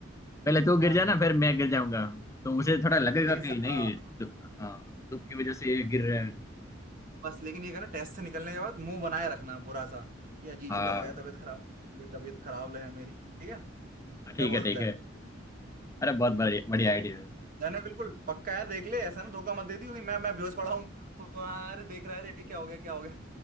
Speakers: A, on the left; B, on the right.
A: पहले तू
B: हाँ
A: गिर जाना फिर मैं गिर जाऊंगा तो उसे थोड़ा लगेगा
B: लेकिन
A: कि
B: स-
A: नहीं
B: हाँ
A: तो, हाँ धूप की वजह से ये गिर रहा है
B: बस लेकिन ये कह रहा टेस्ट से निकलने के बाद मुंह बनाए रखना बुरा सा ये अजीब
A: हाँ
B: लग रहा है तबीयत खराब ये तबीयत खराब है मेरी ठीक है क्या
A: ठीक
B: बोलता
A: है ठीक है
B: है
A: अरे बहुत बढ़िया बढ़िया आइडिया है
B: जाने बिल्कुल पक्का है देख ले ऐसा ना धोखा मत दे दियो कि मैं मैं बेहोश पड़ा हूँ तो "हाँ, अरे देख रहा है अरे क्या हो गया क्या हो गया